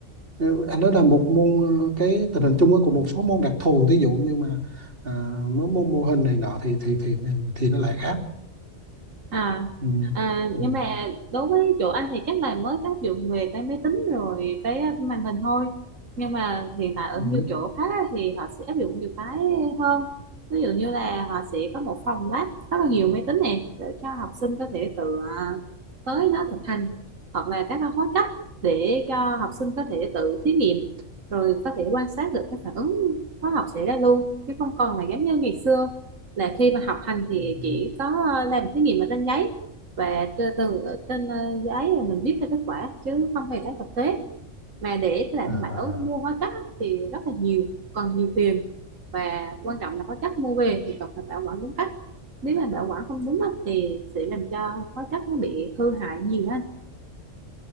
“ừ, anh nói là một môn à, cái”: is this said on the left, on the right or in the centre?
Right